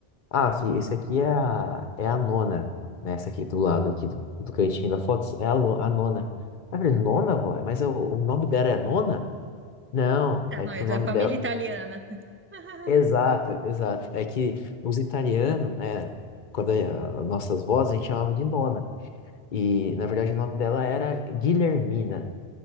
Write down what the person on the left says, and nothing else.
Ah, sim, esse aqui é a, é a nona, né? Essa aqui do lado, aqui do, do cantinho da foto, é a, lo- a nona. Aí eu falei, nona, vó? Mas o, o nome dela é nona? Não,
é
que
o
nome
dela...
Exato, exato. É que os italianos, né? Quando é a- nossas vozes, a gente chamava de nona. E, na verdade, o nome dela era Guilhermina.